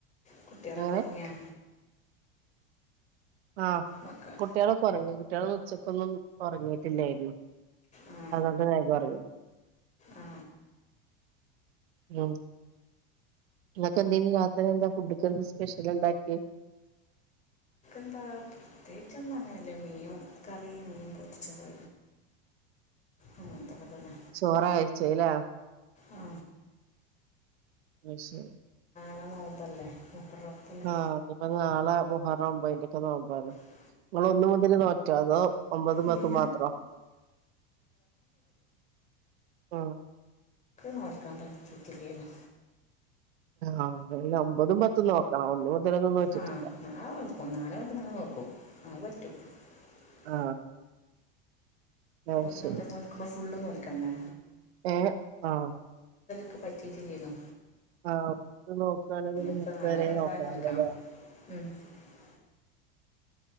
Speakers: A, on the left; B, on the right.
A: കുട്ട്യാളൊക്കെ
B: എങ്ങനെ
A: ഒറങ്ങിയോ
B: ആ
A: മക്കൾ
B: കുട്ട്യാളൊക്കെ ഒറങ്ങി കുട്ട്യാള് ച്ചക്കൊന്നും ഒറങ്ങിട്ടില്ലേര്ന്ന്
A: ആ
B: അതോണ്ട് വേഗൊറങ്ങി
A: ആ
B: ഉം നിങ്ങക്ക്ക്കെന്തേന്നു രാത്രി എന്താ ഫുഡ്ക്കെന്ത സ്പെഷ്യൽ ണ്ടാക്ക്യേ
A: ന്താ പ്രത്യേകിച്ചൊന്നും അങ്ങനല്ല മീൻ കറിയും മീൻ പൊരിച്ചത് അങ്ങൻത്തൊക്കെ തെന്നേ
B: ചോറ കഴിച്ചത് ല്ലേ
A: ആ
B: അത്ശെരി
A: ന്ന് നോമ്പല്ലേ മുഹറത്തിന്
B: ആ പിന്നെ നാളെ മുഹറം ഒമ്പതിന്റൊക്കെ നോമ്പാണ്
A: <unintelligible>
B: നിങ്ങള് ഒന്ന് മുതല് നോറ്റോ അതോ ഒമ്പത്
A: ൻക്ക്
B: പത്തും മാത്രോ ആ
A: നോൽക്കാൻ പറ്റീറ്റില്ലേന്ന്
B: ആ ഇ ഒമ്പതും പത്തും നോക്കണം ഒന്ന് മുതലൊന്നും നോറ്റിറ്റില്ല
A: ആ നാളെ നോൽക്കും നാളെ മറ്റു നാളെ നോക്കും <inaudible> <unintelligible>
B: ആ അത്
A: ഒന്ന്
B: ശരി
A: മുതൽ നോൽക്കുമ്പോ ഫുൾ നോൽക്കണ്ടേ
B: ഏ ആ
A: ക്ക് പറ്റിറ്റില്ലേന്നു
B: ആ ഒന്ന് നോക്കാണെങ്കിൽ
A: ഇപ്പം
B: മുപ്പത്
A: നാളെ
B: വെരെ
A: മറ്റന്നാൾ
B: നോക്കണല്ലോ
A: നോൽക്കണം
B: ല്ലേ
A: <unintelligible>